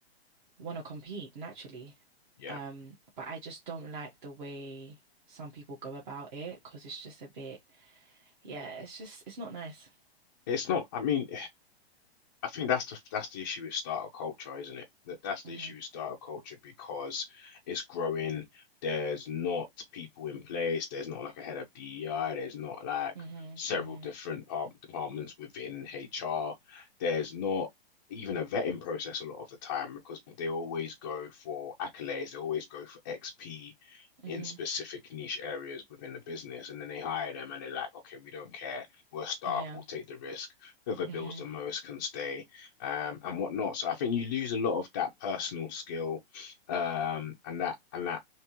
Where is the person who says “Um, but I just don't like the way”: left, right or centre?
Right